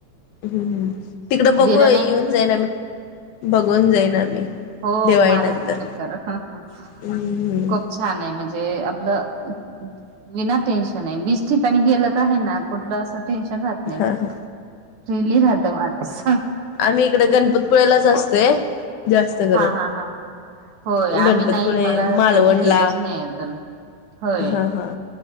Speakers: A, on the left; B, on the right.
A: हम्मम्, तिकडं बघू
B: दिराने
A: येऊन जाईन आम्ही बघून जाईन आम्ही.
B: हो
A: दिवाळी
B: मारायची
A: नंतर
B: चक्कर, हा हा आ
A: हम्म
B: ओके! छान आहे म्हणजे आपलं विना टेन्शन आहे, बीच ठिकाणी गेलं का आहे ना कुठलं असं टे्शन राहत नाही
A: हा हा
B: फ्रीली राहतो माणूस.
A: मी इकडे गणपतपुळेलाच असते जास्त करून.
B: हा हा हा होय आम्ही
A: गणपतपुळे,
B: नाही मला
A: मालवणला.
B: कधी गेलोच नाही अजून होय
A: हा हा,